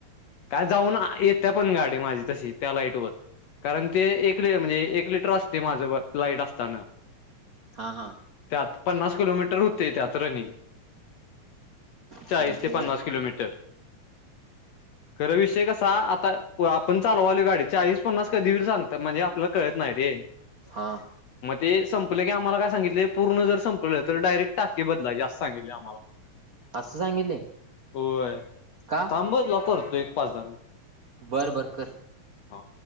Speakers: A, on the left; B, on the right.
A: काय जाऊन येत्या पण गाडी माझी तशी त्या लाईट वर कारण ते एक लि म्हणजे एक लिटर असते माझं लाइट असताना
B: हा हा
A: त्यात पन्नास किलोमीटर होतय त्यात रनिंग चाळीस
B: चालतंय
A: ते
B: जा.
A: पन्नास किलोमीटर खरं विषय कसा आता आपण चालवालोय गाडी चाळीस पन्नास कधी बी सांगते आपल्याला कळत नाय रे
B: हा
A: मग ते संपलं की आम्हाला काय सांगितले पूर्ण जर संपलं तर डायरेक्ट टाकी बदलायची असं सांगितलं आम्हाला
B: असं सांगितलंय
A: होय
B: का?
A: थांब अ करतो तुला एक पाच दहा
B: बरं बरं कर
A: हा